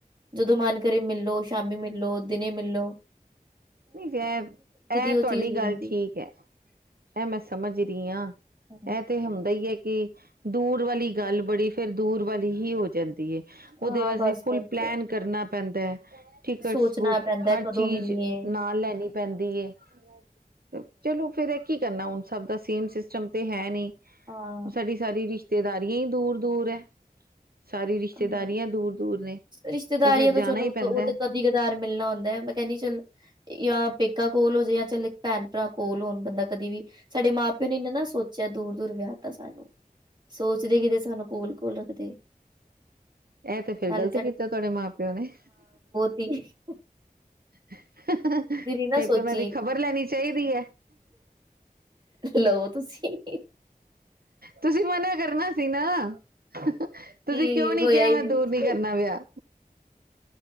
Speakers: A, on the right; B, on the right.
A: ਜਦੋਂ ਮਨ ਕਰੇ ਮਿਲਲੋ ਸ਼ਾਮੀ ਮਿਲੋ ਦਿਨੇ ਮਿਲੋ
B: ਨਹੀਂ, ਇਹ
A: ਉਹ
B: ਤੁਹਾਡੀ
A: ਚੀਜ਼ ਹੋ
B: ਗੱਲ
A: ਜਾਂਦੀ
B: ਠੀਕ ਹੈ। ਇਹ ਮੈਂ ਸਮਝ ਰਹੀ ਹਾਂ,
A: ਹੈ।
B: ਇਹ ਤੇ ਹੁੰਦਾ ਹੀ ਹੈ ਕਿ ਦੂਰ ਵਾਲੀ ਗੱਲ ਬੜੀ ਫਿਰ ਦੂਰ ਵਾਲੀ ਹੀ ਹੋ ਜਾਂਦੀ ਹੈ, ਉਹਦੇ
A: ਹਾਂ
B: ਵਾਸਤੇ
A: ਬਸ-ਬਸ
B: ਫੁੱਲ ਪਲੈਨ ਕਰਨਾ ਪੈਂਦਾ ਹੈ, ਟਿਕਟਸ
A: ਸੋਚਣਾ
B: ਬੁੱਕ
A: ਪੈਂਦਾ
B: ਹਰ
A: ਹੈ ਕਦੋਂ
B: ਚੀਜ਼
A: ਮਿਲੀਏ
B: ਨਾਲ ਲੈਣੀ ਪੈਂਦੀ ਏ, ਤੇ ਚਲੋ ਫੇਰ ਇਹ ਕੀ ਕਰਨਾ ਹੁਣ ਸਭ ਦਾ ਸੇਮ ਸਿਸਟਮ ਤੇ ਹੈ ਨਹੀਂ,
A: ਹਾਂ,
B: ਸਾਡੀ ਸਾਰੀ ਰਿਸ਼ਤੇਦਾਰੀਆਂ ਹੀ ਦੂਰ ਦੂਰ ਹੈ। ਸਾਰੀ ਰਿਸ਼ਤੇਦਾਰੀਆਂ
A: ਹਾਂ।
B: ਦੂਰ ਦੂਰ ਨੇ,
A: ਰਿਸ਼ਤੇਦਾਰੀਆਂ
B: ਤੇ ਫ਼ਿਰ
A: ਤਾਂ
B: ਜਾਣਾ
A: ਚਲੋ
B: ਹੀ ਪੈਂਦਾ
A: ਕ- ਉਹ ਤਾਂ
B: ਏ।
A: ਕਦੀ ਕਦਾਰ ਮਿਲਣਾ ਹੁੰਦਾ ਏ, ਮੈਂ ਕਹਿੰਦੀ ਚਲ ਯਾ ਪੇਕਾ ਕੋਲ ਹੋ ਜੇ ਯਾ ਚੱਲ ਭੈਣ ਭਰਾ ਕੋਲ ਹੋਣ ਬੰਦਾ ਕਦੇ ਵੀ ਸਾਡੇ ਮਾਂ ਪਿਓ ਨੇ ਇਹਨਾ ਨਾ ਸੋਚ ਜਾਂ ਦੂਰ-ਦੂਰ ਵਿਆਹ ਤਾ ਸਾਨੂੰ, ਸੋਚਦੇ ਕਿਤੇ ਸਾਨੂੰ ਕੋਲ-ਕੋਲ ਰੱਖਦੇ।
B: ਇਹ ਤੇ ਫੇਰ
A: ਨਾਲੇ
B: ਗ਼ਲਤ ਕੀਤਾ ਤੁਹਾਡੇ ਮਾਂ ਪਿਓ ਨੇ।
A: ਤੇ <inaudible>
B: ਫਿਰ
A: ਨਾ ਸੋਚੀ
B: ਤੇ ਉਹਨਾਂ ਦੀ ਖਬਰ ਲੈਣੀ ਚਾਹੀਦੀ ਹੈ।
A: ਲਓ ਤੁਸੀਂ
B: ਤੁਸੀਂ ਮਨਾ ਕਰਨਾ ਸੀ ਨਾ। ਤੁਸੀਂ
A: ਕੀ
B: ਕਿਉਂ ਨੀ
A: ਹੋਇਆ
B: ਕਿਹਾ,
A: ਹੀ
B: ਮੈਂ ਦੂਰ
A: ਅ
B: ਨੀ ਕਰਨਾ ਵਿਆ।